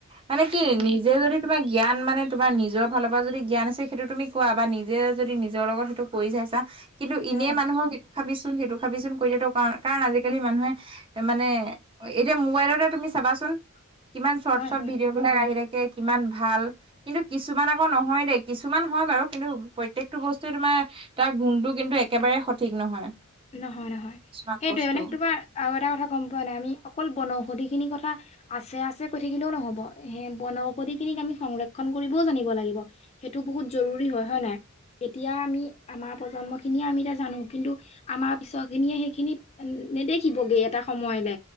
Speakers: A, on the right (about 25°); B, on the left (about 30°).
A: মানে কি
B: উম
A: নিজে যদি তোমাৰ জ্ঞান মানে তোমাৰ নিজৰ ফালৰ পৰা যদি জ্ঞান আছে সেইটো তুমি কোৱা বা নিজে যদি নিজৰ লগত সেইটো কৰি চাইছা কিন্তু
B: অ
A: এনেই মানুহক এইটো খাবিচোন সেইটো খাবিচোন কৈ দিয়াটো কাৰণ কাৰণ আজি আজিকালি মানুহে মানে এতিয়া মোবাইলতে তুমি চাবাচোন কিমান চৰ্ট
B: হয়
A: চৰ্ট
B: হয়
A: ভিডিঅ' বিলাক আহি থাকে কিমান ভাল। কিন্তু কিছুমান আকৌ নহয় দেই কিছুমান হয় বাৰু কিন্তু প্ৰত্যেকটো বস্তুৱে তোমাৰ তাৰ গুণটো কিন্তু একেবাৰে সঠিক নহয়।
B: নহয় নহয়।
A: কিছুমান
B: সেইটোৱে
A: বস্তু।
B: মানে তোমাৰ আৰু এটা কথা গম পোৱা নাই? আমি অকল বনৌষধি খিনি কথা আছে আছে কৈ থাকিলেও নহ'ব। সেই বনৌষধি খিনিক আমি সংৰক্ষণ কৰিবও জানিব লাগিব। সেইটো বহুত জৰুৰী হয়। হয় নাই? এতিয়া আমি আমাৰ প্ৰজন্ম খিনিয়ে আমি এতিয়া জানো কিন্তু আমাৰ পিছৰ খিনিয়ে সেইখিনি নেদেখিবগে এটা সময়লে